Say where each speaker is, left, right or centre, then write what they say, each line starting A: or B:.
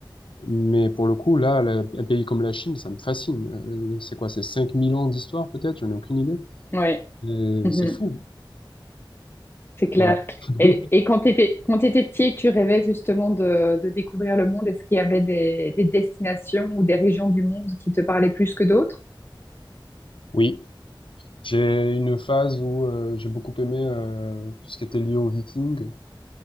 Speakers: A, on the left; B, on the left.
A: Mais pour le coup, là, la- un pays comme la Chine, ça me fascine. Euh, c'est quoi? C'est 5000 ans d'histoire peut-être? J'en ai aucune idée.
B: ouais.
A: Euh,
B: Mhm.
A: c'est fou.
B: C'est clair.
A: Voilà. <laughs>
B: Et, et quand tu étais, quand tu petit, tu rêvais justement de, de découvrir le monde. Est-ce qu'il y avait des, des destinations ou des régions du monde qui te parlaient plus que d'autres?
A: Oui. J'ai une phase où euh, j'ai beaucoup aimé euh, tout ce qui était lié aux Vikings.